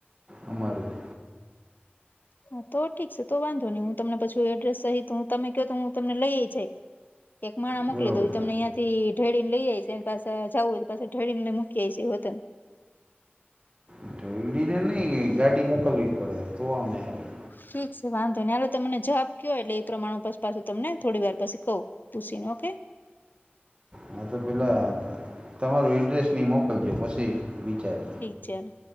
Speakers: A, on the right (about 30°); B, on the left (about 50°).
A: અમારેું.
B: હા તો ઠીક છે તો વાંધો નહી હું તમને પછું એડ્રેસ સહી તો હું તમે કહ તો હું તમને લઈ જાય એક માણા
A: બરોબર
B: મોકલી દો તમનેં તે ઢેળીને લઈ જાય છે પાછા જવું હોય તો પાછા ઢળી ને મુકી જાય છે હોતન
A: ઢેળી ને નઈ ગાડી મોકલવી પડે તો અમે આવી
B: ઠીક છે વાંધો ને હાલ તમને જવાબ કયોય એટલે એ પ્રમાણસ પાછું તમને થોડી વાર પછી કહું તછ ન ઓ કે
A: હા તો પેલાં તમારું એડ્રેસ નહી મોકલજો પછી વિચારજ
B: ચેલ.